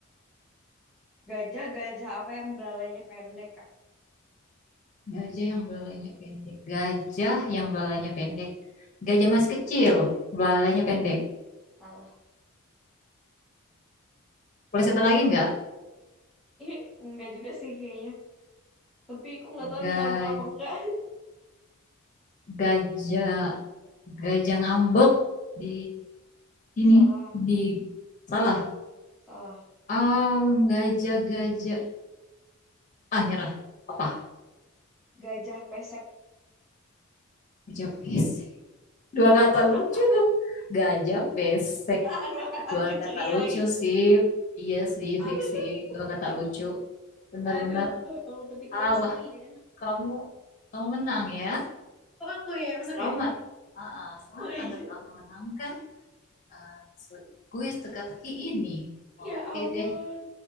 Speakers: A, in the centre; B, on the left.
A: Gajah, gajah apa yang belalainya pendek, Kak?
B: Gajah yang belalainya pendek. Gajah yang belalainya pendek. Gajah masih kecil, belalainya pendek.
A: Salah.
B: Boleh satu lagi nggak?
A: Ih, enggak juga sih kayaknya. Tapi aku nggak tahu
B: Ga-
A: nih nyambung apa enggak.
B: gajah Gajah ngambek di ini
A: <laughs> Salah,
B: di salah.
A: salah.
B: Ah, gajah-gajah. Ah, nyerah. Apa?
A: Gajah pesek.
B: Gajah pesek. Dua
A: <laughs>
B: kata lucu tuh. Gajah pesek.
A: Aduh kata
B: Dua
A: lucu
B: kata
A: iya
B: lucu
A: lagi.
B: sih. Iya sih,
A: Aduh,
B: fiksi. Dua kata lucu. Benar-benar.
A: aduh. Ya Allah, berarti kita
B: Ah, wah,
A: seri ya.
B: kamu kamu menang ya.
A: Oh, aku ya yang menang
B: Selamat.
A: ya?
B: Ah, ah, selamat
A: Oh iya.
B: Anda telah memenangkan eh, kuis teka-teki ini. Oke
A: Ya ampun.
B: deh.